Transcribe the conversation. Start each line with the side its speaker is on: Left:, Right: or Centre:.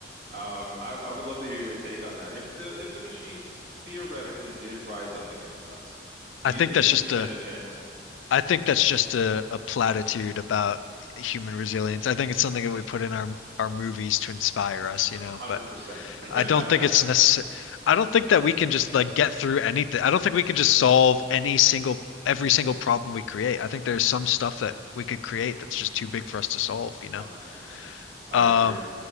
Right: Um, I, I would love to hear your take on that. If the if the machines theoretically did rise up against us, do
Left: I
Right: you
Left: think
Right: think
Left: that's
Right: we
Left: just
Right: would stand
Left: a
Right: a chance?
Left: I think that's just a, a platitude about human resilience. I think it's something that we put in our our movies to inspire us, you
Right: Hundred
Left: know, but
Right: percent.
Left: I don't think
Right: <laughs>
Left: it's necessary. I don't think that we can just like get through anything. I don't think we can just solve any single every single problem we create. I think there's some stuff that we could create that's just too big for us to solve, you
Right: Hundred
Left: know.
Right: percent. I
Left: Um,
Right: agree.